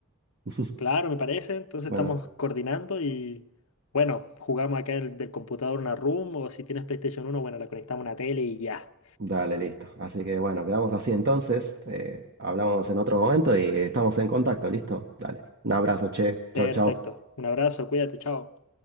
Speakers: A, on the right; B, on the left.
A: <laughs>
B: Claro, me parece. Entonces
A: Bueno,
B: estamos coordinando y bueno, jugamos acá el, del computador una room o si tienes PlayStation uno, bueno, la conectamos a una tele y ya.
A: dale, listo. Así que bueno, quedamos así entonces. eh, hablamos en otro momento y estamos en contacto, ¿listo? Dale. Un abrazo, che. Chau,
B: Perfecto.
A: chau.
B: Un abrazo, cuídate, chao.